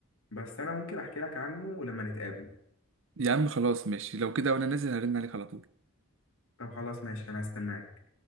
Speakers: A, on the left; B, on the right.
A: بس انا ممكن احكي لك عنه لما نتقابل
B: يا عم خلاص ماشي لو كده وأنا نازل هرن عليك على طول
A: طب خلاص ماشي انا هستناك